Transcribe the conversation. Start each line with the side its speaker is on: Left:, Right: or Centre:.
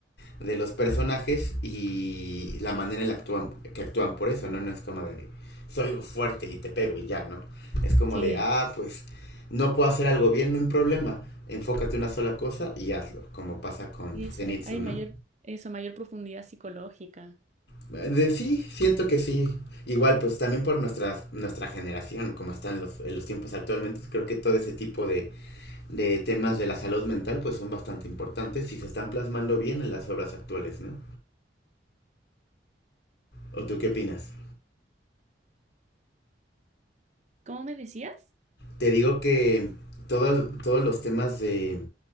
Left: de los personajes y la manera en la actúan, que actúan por eso, ¿no? No es como de soy fuerte y te pego y ya, ¿no? Es como
Right: Sí,
Left: de, ah, pues no puedo hacer algo bien, no hay problema. Enfócate en una sola cosa y hazlo, como pasa con
Right: y eso,
Left: Zenitsu,
Right: hay
Left: ¿no?
Right: mayor, eso, mayor profundidad psicológica.
Left: De sí, siento que sí. Igual, pues también por nuestra, nuestra generación, como están los, en los tiempos actualmente, creo que todo ese tipo de, de temas de la salud mental, pues son bastante importantes y se están plasmando bien en las obras actuales, ¿no? ¿O tú qué opinas?
Right: ¿Cómo me decías?
Left: Te digo que todo- todos los temas de,